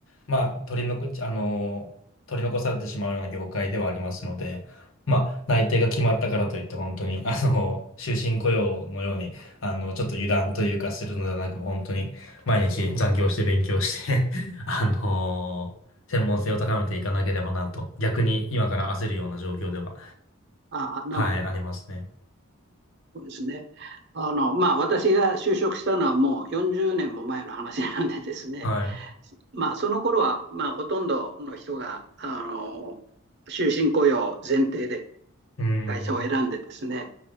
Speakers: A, on the left (about 65°); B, on the right (about 50°).
A: まあ、取り残、あの、取り残されてしまうような業界ではありますので、まあ、内定が決まったからといって、本当に、あの、終身雇用のように、あの、ちょっと油断というかするのではなく、もう本当に、毎日残業して勉強して <laughs> あの、専門性を高めていかなければなと、逆に今から焦るような状況では、
B: あ、なるほど。
A: はい、ありますね。
B: そうですね。あの、まあ、私が就職したのはもう40年も前の話なんでですね。
A: はい。う
B: まあ、その頃は、まあ、ほとんどの人が、あの、終身雇用前提で
A: ーん。
B: 会社を選んでですね、